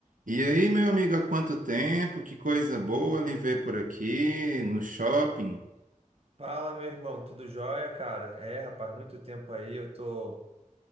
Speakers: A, on the right; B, on the right.
A: E aí, meu amigo, há quanto tempo? Que coisa boa lhe ver por aqui no shopping.
B: Fala, meu irmão, tudo jóia, cara? É, rapaz, muito tempo aí, eu tô...